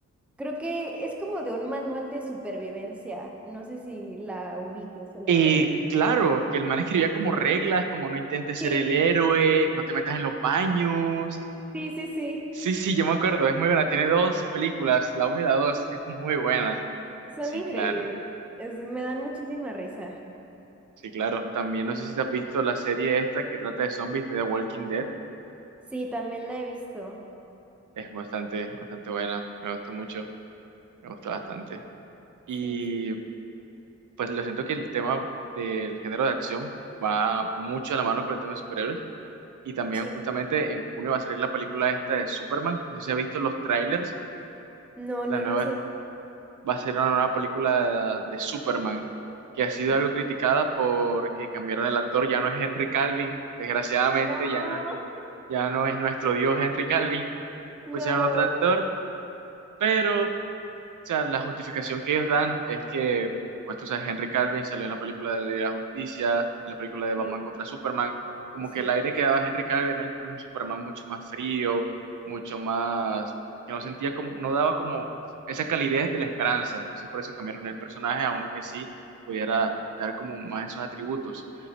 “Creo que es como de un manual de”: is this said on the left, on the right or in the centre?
Centre